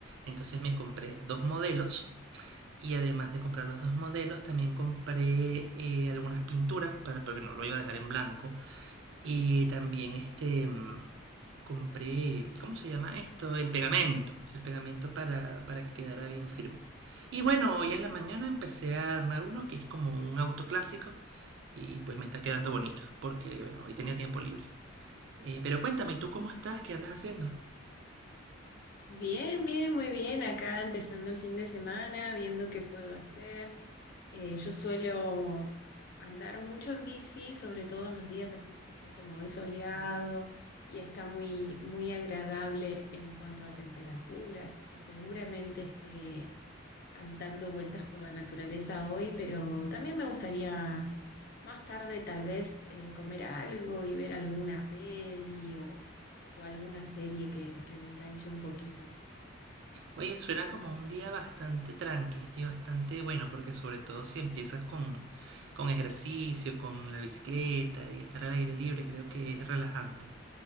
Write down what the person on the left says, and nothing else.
Bien, bien, muy bien. Acá empezando el fin de semana, viendo qué puedo hacer. Eh, yo suelo andar mucho en bici, sobre todo en los días así que está como hoy soleado y está muy, muy agradable en cuanto a temperatura, así que seguramente esté andando vueltas por la naturaleza hoy, pero también me gustaría más tarde tal vez eh, comer algo y ver alguna peli o, o alguna serie que, que me enganche un poquito.